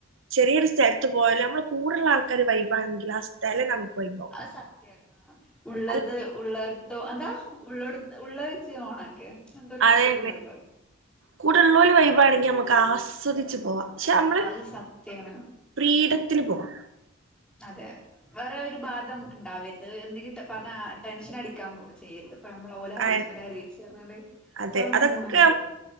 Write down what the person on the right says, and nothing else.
ചെറിയൊരു സ്ഥലത്ത് പോയാലും നമ്മള് കൂടുള്ള ആൾക്കാര് വൈബാണെങ്കിൽ ആ സ്ഥലം നമുക്ക് വൈബാവും
അല്ല
അതെന്നെ
കൂടലോർ വൈബാണെങ്കിൽ നമു ക്കാസ്വദിച്ചച്ച് പോവാം. പക്ഷെ നമ്മള്
പ്രീഡ ത്തിൽ പോവാ.
ആ
അതെ
അതൊക്കെ